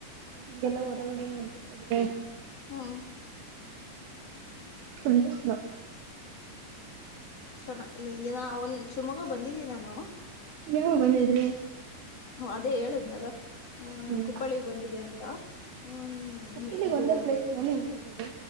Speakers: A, on the right (about 85°); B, on the left (about 40°).
A: ಮತ್ತೆ ಈಗೆಲ್ಲ ಹೊರಗಡೆ ನೋಡ್ಬೇಕ್ರೆ
B: ಹ್ಮ್
A: ಹ ಲ್ಲ
B: ಚ ನೀನ ಅವನ್ ಸುಮೊಗ್ಗ ಬಂದಿದ್ದಿ ನಾನು
A: ನೀವುೋಗ ಬಂದಿದ್ರೆ
B: ಹ ಅದೇ ಹೇಳಿದ್ನಲ್ಲ ಆ
A: ಹ್ಮ್
B: ಕುಪ್ಪಳಿ ಬಂದಿದೆ ಅಂತ ಹ್ಮ
A: ಕೊಪ್ಪಳಿಗೆ
B: ಇದು
A: ಒಂದೇ ಪ್ಲೇಸ್ ತಾನೇ ಹೋಗಿರೋದು